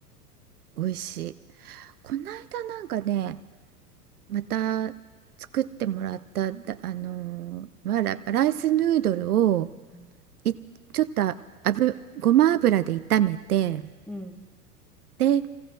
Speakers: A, on the right; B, in the centre.
A: 美味しい。この間なんかね、また作ってもらっただ、あのーわら、ライスヌードルを
B: うん。
A: い、ちょっと油、ごま油で炒めて、
B: うん。
A: で、